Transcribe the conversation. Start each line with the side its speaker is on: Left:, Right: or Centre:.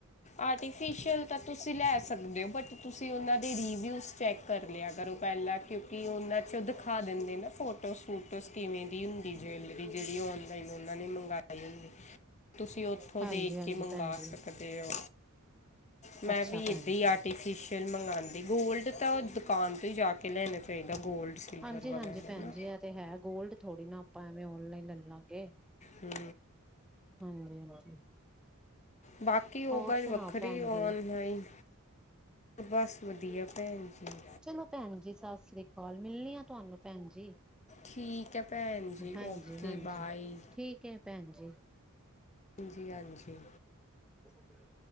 Left: ਆਰਟੀਫਿਸ਼ੀਅਲ ਤਾਂ ਤੁਸੀਂ ਲੈ ਸਕਦੇ ਓ। ਬਟ ਤੁਸੀਂ ਉਹਨਾਂ ਦੇ ਰਿਵਿਊਜ਼ ਚੈੱਕ ਕਰ ਲਿਆ ਕਰੋ ਪਹਿਲਾਂ। ਕਿਉਂਕਿ ਉਹਨਾਂ ਚ ਉਹ ਦਿਖਾ ਦਿੰਦੇ ਨੇ ਫੋ ਟੋ ਸੂਟੋਸ ਕਿਵੇਂ ਦੀ ਹੁੰਦੀ ਜਵੈਲਰੀ। ਜਿਹੜੀ ਔਨਲਾਈਨ ਉਹਨਾਂ ਨੇ ਮੰਗਆਈ ਹੁੰਦੀ। ਤੁਸੀਂ ਉੱਥੋਂ
Centre: ਹਾਂਜੀ
Left: ਦੇਖ
Centre: ਹਾਂਜੀ
Left: ਕੇ ਮੰਗਾ
Centre: ਭੈਣ ਜੀ
Left: ਸਕਦੇ ਓ। ਮੈਂ
Centre: ਅੱਛਾ
Left: ਵੀ ਇਦਾਂ
Centre: ਭੈਣ
Left: ਹੀ,
Centre: ਜੀ
Left: ਆਰਟੀਫਿਸ਼ ਮੰਗਵਾਉਂਦੀ‌‌, ਗੋਲਡ ਤਾਂ ਦੁਕਾਨ ਤੋਂ, ਹੀ ਜਾ ਕੇ, ਲੈਣਾ ਚਾਹੀਦਾ। ਗੋਲਡ ਸਿਲਵਰ
Centre: ਹਾਂਜੀ
Left: ਵਗੈਰਾ
Centre: ਹਾਂਜੀ ਭੈਣ
Left: ਨਾ
Centre: ਜੀ ਇਹ ਤੇ ਹੈ, ਗੋਲਡ ਥੋੜੀ ਨਾ, ਆਪਾਂ ਐਵੇਂ ਔਨਲਾਈਨ ਲੈ ਲਾਂਗੇ।
Left: ਹੁੰ।
Centre: ਹਾਂਜੀ -ਹਾਂਜੀ।
Left: ਬਾਕੀ, ਉਹ
Centre: ਹੋਰ
Left: ਗਲ
Centre: ਸੁਣਾਓ
Left: ਵੱਖਰੀ।
Centre: ਭੈਣ
Left: ਔਨਲਾਈਨ
Centre: ਜੀ
Left: ਬਸ ਵਧੀਆ, ਭੈਣ ਜੀ।
Centre: ਚਲੋ ਭੈਣ ਜੀ, ਸਤਿ ਸ੍ਰੀ ਅਕਾਲ, ਮਿਲਨੇਆਂ ਤੁਹਾਨੂੰ ਭੈਣ ਜੀ।
Left: ਠੀਕ ਹੈ ਭੈਣ ਜੀ
Centre: ਹਾਂਜੀ
Left: ਓਕੇ
Centre: -ਹਾਂਜੀ
Left: ਬਾਏ
Centre: ਠੀਕ ਹੈ, ਭੈਣ ਜੀ,
Left: ਜੀ ਹਾਂਜੀ।
Centre: ਬਹੁਤ ਦਿਨਾਂ।